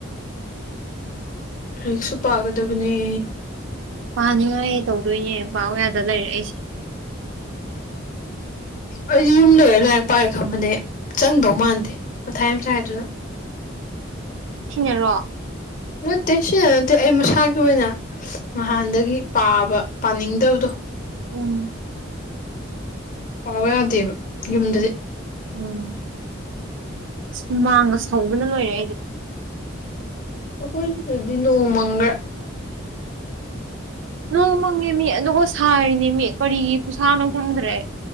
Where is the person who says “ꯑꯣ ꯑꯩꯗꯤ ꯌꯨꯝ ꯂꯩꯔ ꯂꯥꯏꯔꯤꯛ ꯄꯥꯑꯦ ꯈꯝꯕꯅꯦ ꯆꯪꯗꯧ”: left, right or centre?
Left